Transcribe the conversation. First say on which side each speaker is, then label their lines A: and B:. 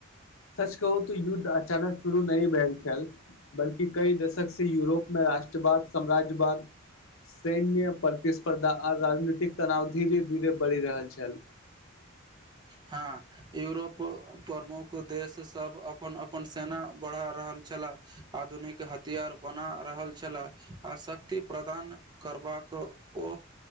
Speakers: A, on the left; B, on the right.
A: सच कहू तऽ युद्ध अचानक शुरू नहि भेल छ बल्कि कई दशक से यूरोप मे राष्ट्रवाद साम्राज्यवा सैन्य प्रतिस्पर्धा आ राजनीतिक तनाव धीरे धीरे बढ़ि रहल छ
B: हँ यूरोप प्रमुख देशसब अपन अपन सेना बढ़ा रहल छलाह आधुनिक हथियार बना रहल छलाह आ शक्ति प्रदान करबाक ओ